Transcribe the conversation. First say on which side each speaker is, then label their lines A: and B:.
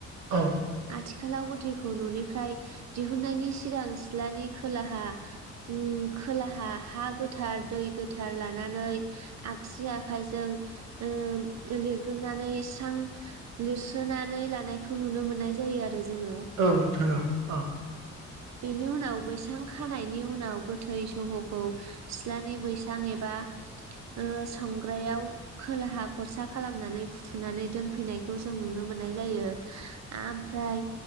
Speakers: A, on the right (about 85°); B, on the right (about 60°).
A: औ।
B: आथिखालाव गोथैखौ न'निफ्राय दिहुननायनि सिगां सिथ्लानि खोलाहा ओम खोलाहा हा गोथार दै गोथार लानानै आगसि आखाइजों ओ लिरगोननानै सां लिरसोनानै लानायखौ नुनो मोननाय जायो आरो जोङो।
A: औ नोंथां औ औ।
B: बेनि उनाव बैसां खानायनि उनाव गोथै सहखौ सिथ्लानि बैसां एबा ओ संग्रायाव खोलाहा खरसा खालामनानै फुथुनानै दोनफैनायखौ जों नुनो मोननाय जायो। ओमफ्राय